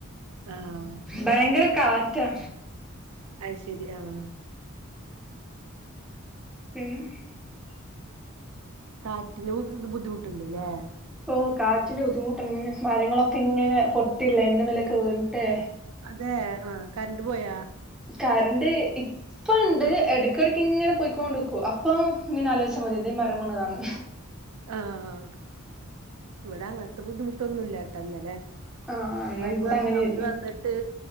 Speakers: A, on the right (about 85°); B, in the centre.
A: ആഹ്
B: ഭയങ്കര കാറ്റാ
A: അഹ് ശരി ആഹ്
B: <unintelligible>
A: കാറ്റിന്റ ബുദ്ധി ബുദ്ധിമുട്ടുണ്ട് ല്ലേ
B: ഇപ്പൊ കാറ്റിന്റെ ബുദ്ധിമുട്ടെന്നേ മരങ്ങളൊക്കെ ഇങ്ങെനെ പൊട്ടില്ലേ എന്റെ മേലേക്ക് വീണ്ട്ട്ടെ
A: അതെ ആ കറണ്ട് പോയോ
B: കറണ്ട് ഇപ്പണ്ട് ഇടക്കിടക്ക് ഇങ്ങനെ പോയ്കൊണ്ടുക്കും അപ്പൊ ഇങ്ങനെആലോയ്ച്ചും <unintelligible> എന്തോ മരം വീണതാന്ന്
A: ആആ ആ ഇവിടെ അങ്ങനത്തെ ബുദ്ധിമുട്ട് ടൊന്നുല്ലാട്ടോ ന്നലെ
B: ആഹ് എന്നാ
A: അവര്
B: ഇവിടെ
A: വ
B: അങ്ങനെയായിരുന്നു
A: അവര് വന്നിട്ട്